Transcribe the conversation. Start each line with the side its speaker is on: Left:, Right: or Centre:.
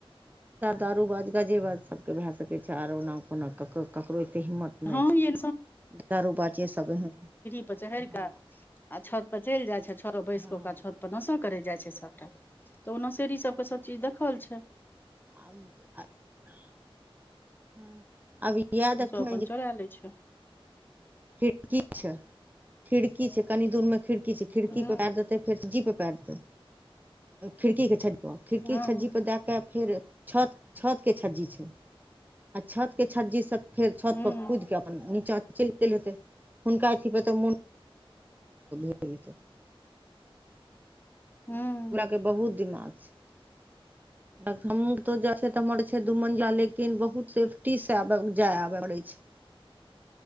Right: दारू बाज गजे बाज सबके भए सकै छै आर ओना कोना कक ककरो एतेक हिम्मत नहि
Left: हँ
Right: छै
Left: य
Right: दारू बाजे सब एहन
Left: छत परे चहरि
Right: हँ
Left: के आ छत पर चलि जाय छै छत पर बैस
Right: हँ
Left: के ओकरा छत पर नसा करे जाय छै सबटा तऽ ओ नसेरी सब के सब चीज देखल छै
Right: अबी। <unintelligible> ई देखथून
Left: ओ सब अपन
Right: जे।
Left: चोरा लै छै
Right: खिड़की छै, खिड़की छै, कनि दूरमे खिड़की छै, खिड़कीक
Left: हूं
Right: पार दे। फेर छज्जीपर पेर दे, खिड़कीके
Left: हँ
Right: छज्जीपर दे कऽ फेर। छत, छतके छज्जी छै, आ छतके छज्जीसँ फेर छतपर
Left: हूं
Right: कूदि कऽ। नीचा चलि गेल हेतै हुनका अथीपर तऽ <unintelligible>
Left: हूं हूं
Right: के बहुत दिमाग छै हमु तो जा। <unintelligible> सेतऽ हमर छै दू-मंजिला, लेकिन बहुत सेफ्टीसँ आबै-जाइ पड़ै छै।